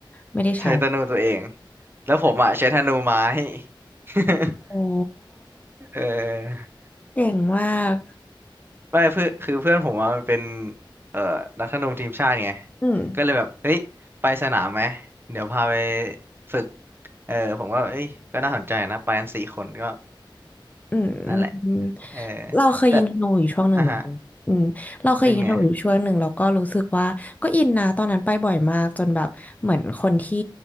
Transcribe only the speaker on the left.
ไม่ได้ใช้
โอ้
เก่งมาก
อืม
อืมอืมอืม
เราเคยยิงธนูอยู่ช่วงหนึ่งเหมือนกันอืมเราเคยยิงธนูอยู่ช่วงหนึ่งแล้วก็รู้สึกว่าก็อินนะตอนนั้นไปบ่อยมากจนแบบเหมือนคนที่